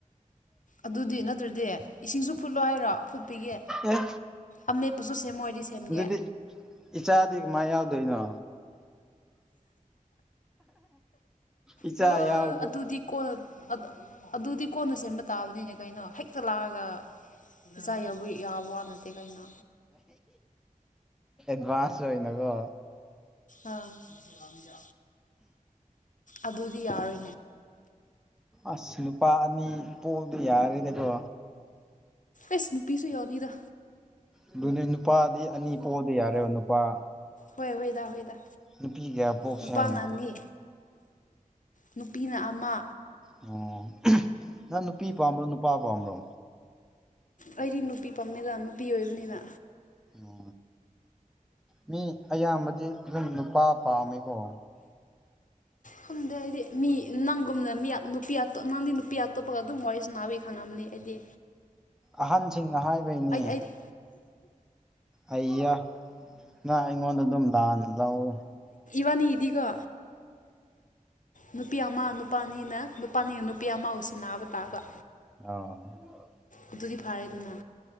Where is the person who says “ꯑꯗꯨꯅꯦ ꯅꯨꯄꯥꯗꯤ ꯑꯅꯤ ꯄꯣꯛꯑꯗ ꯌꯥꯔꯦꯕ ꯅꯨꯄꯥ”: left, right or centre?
Centre